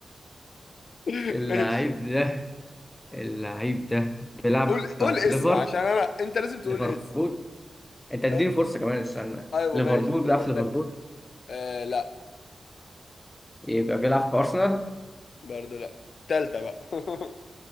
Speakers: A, on the left; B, on the left.
A: <laughs>
B: اللعيب
A: ماشي
B: ده اللعيب ده بيلعب
A: قول
B: في
A: قول اسم
B: ليفر
A: عشان انا انت لازم تقول
B: ليفربول
A: اسم
B: انت اديني
A: أه؟
B: فرصة كمان استنى
A: ايوه
B: ليفربول
A: ماشي خ-
B: بيلعب
A: خد
B: في ليفربول
A: ده. آه لا
B: يبقى بيلعب في أرسنال
A: برضه لا التالتة بقى <laughs>